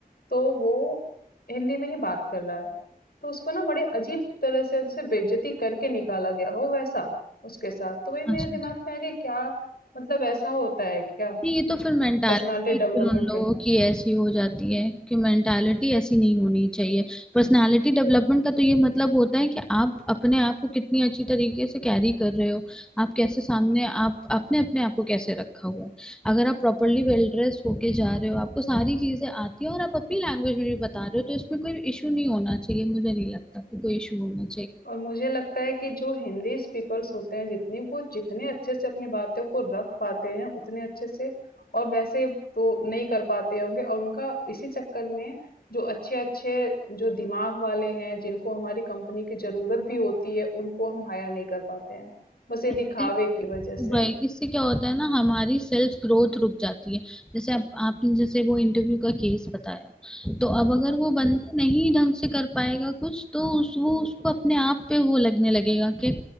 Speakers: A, on the left (about 75°); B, in the centre.
A: तो वो हिंदी में ही बात कर रहा है तो उसको ना बड़े अजीब तरह से उससे बेइज्जती करके निकाला गया हो वैसा उसके साथ तो वही
B: अच्छा
A: मेरे
B: अच्छा
A: दिमाग में आ गया क्या मतलब ऐसा होता है क्या
B: नहीं, ये तो फिर मेंटालिटी
A: Personality development
B: फिर उन लोगों की ऐसी हो जाती है कि मेंटालिटी ऐसी नहीं होनी चाहिए पर्सनालिटी डेवलपमेंट का तो ये मतलब होता है कि आप अपने आप को कितनी अच्छी तरीके से कैरी कर रहे हो आप कैसे सामने आप आपने अपने आप को कैसे रखा हुआ है अगर आप प्रॉपरली वेल ड्रेस होके जा रहे हो आपको सारी चीजें आती है और आप अपनी लैंग्वेज में भी बता रहे हो तो इसमें कोई इशू नहीं होना चाहिए मुझे नहीं लगता कि कोई इशू होना
A: और मुझे लगता है कि जो हिंदी स्पीकर्स होते हैं जितनी वो जितने अच्छे से अपनी बातों को रख पाते हैं उतने अच्छे से और वैसे तो नहीं कर पाते होंगे और उनका इसी चक्कर में जो अच्छे-अच्छे जो दिमाग वाले हैं जिनको हमारी कंपनी की ज़रूरत भी होती है उनको हम हायर नहीं कर पाते हैं। बस ये
B: चाहिए
A: दिखावे की वज़ह से।
B: राइट इससे क्या होता है ना हमारी सेल्फ ग्रोथ रुक जाती है जैसे आप आपने जैसे वो इंटरव्यू का केस बताया तो अब अगर वो बंदा
A: हुँ।
B: नहीं ढंग से कर पाएगा कुछ तो उस वो उसको अपने आप पे वो लगने लगेगा कि